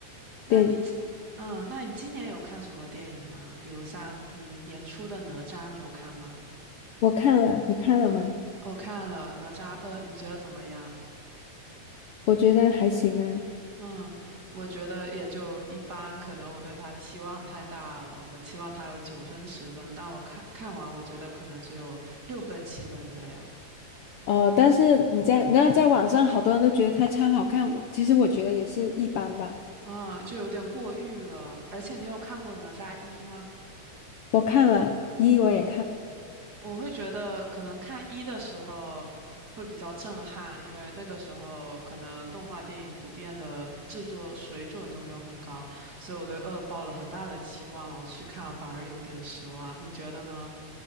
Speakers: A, on the right; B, on the left.
A: 那你今嗯，
B: 电，
A: 那你今年有看什么电影吗？比如像，嗯，年初的《哪吒》，你有看吗？
B: 我看了，你看了吗？
A: 嗯，我看了《哪吒二》，你觉得怎么样？
B: 我觉得还行啊。
A: 嗯，我觉得也就一般，可能我对它期望太大了，我期望它有九分十分，但我看看完，我觉得可能只有六分七分这样，
B: 哦，但是你在那在网上，好多人都觉得他超好看，我其实我觉得也是一般吧。
A: 嗯，就有点过誉了。而且你有看过《哪吒一》吗？
B: 我看了一，
A: 嗯。
B: 我也看，
A: 我会觉得可能看一的时候会比较震撼，因为那个时候可能动画电影普遍的制作水准都没有很高，所以我对二抱了很大的期望，然后去看反而有点失望。你觉得呢？